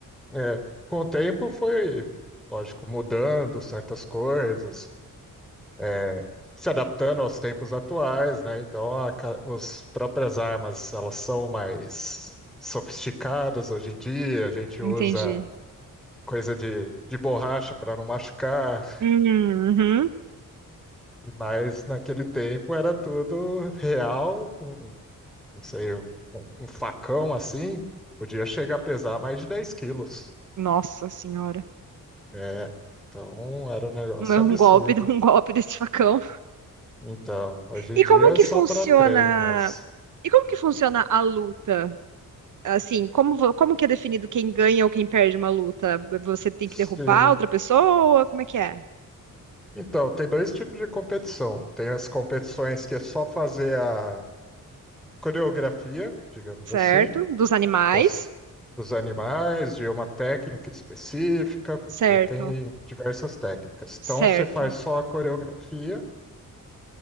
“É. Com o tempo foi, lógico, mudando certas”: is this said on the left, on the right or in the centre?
Centre